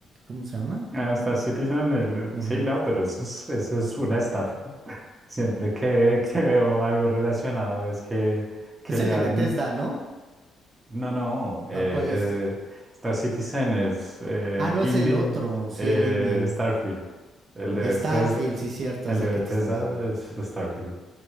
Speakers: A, on the right; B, on the right.
A: ¿Cómo se llama?
B: Hasta Citizen, el, eh,
A: Ujú.
B: sí, no, pero eso es, eso es una estafa. <laughs> Siempre que, que veo algo relacionado es que, que
A: Es
B: le
A: el
B: han...
A: de Bethesda, ¿no?
B: No, no, eh,
A: ¿O cuál es?
B: eh, Star Citizen es eh,
A: Ah, no,
B: indie,
A: es el otro. Sí,
B: eh,
A: el indie.
B: Starfield. El de Bethesda,
A: Starfield, sí, cierto,
B: el
A: es
B: de
A: el
B: Bethesda
A: que te está diciendo el
B: es
A: de Star.
B: Starfield.